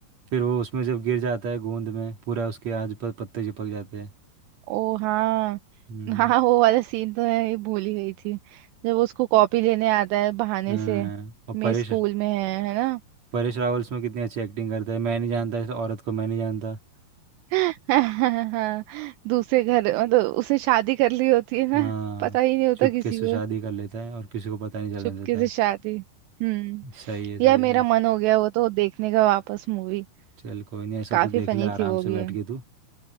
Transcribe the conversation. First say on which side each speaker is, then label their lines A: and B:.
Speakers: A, on the right (about 45°); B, on the right (about 80°).
A: फिर वो उसमें जब गिर जाता है गोंद में पूरा उसके आज पर पत्ते चिपक जाते हैं
B: ओ हाँ
A: हम्म
B: <laughs> हाँ वो वाला सीन तो है ये भूल ही गई थी जब वो उसको कॉपी लेने आता है बहाने
A: हाँ,
B: से
A: और
B: मेरे
A: परेश
B: स्कूल में है है ना
A: परेश रावल उसमें कितनी अच्छी एक्टिंग करता है मैं नहीं जानता इस औरत को मैं नहीं जानता
B: <laughs> हाँ, दूसरे घर मतलब उसने शादी कर ली होती है ना
A: हाँ
B: पता ही नहीं होता
A: चुपके
B: किसी
A: से
B: को
A: शादी कर लेता है और किसी को पता नहीं चलने
B: चुपके
A: देता
B: से शादी हम्म
A: सही है सही
B: यार
A: है मुझ-
B: मेरा मन हो गया वो तो देखने का वापस मूवी
A: चल कोई नहीं ऐसा
B: काफी
A: तो देख
B: फनी
A: ले आराम
B: थी वो
A: से बैठ
B: भी है
A: के तू